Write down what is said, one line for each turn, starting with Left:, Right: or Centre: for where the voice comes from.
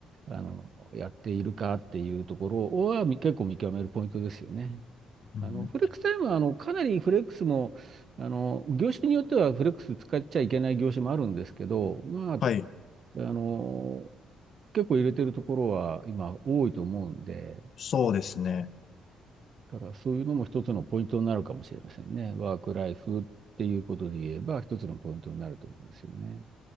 Right: あの、やっているかっていうところはみ結構見極めるポイントですよね。
Left: うん、
Right: あの、フレックスタイムは、あの、かなりフレックスも、あの、業種によってはフレックス使っちゃいけない業種もあるんですけど、まあ、
Left: はい。
Right: あの、結構入れてるところは今多いと思うんで、
Left: そうですね。
Right: だからそういうのも一つのポイントになるかもしれませんね。ワークライフっていうことで言えば一つのポイントになると思うんですよね。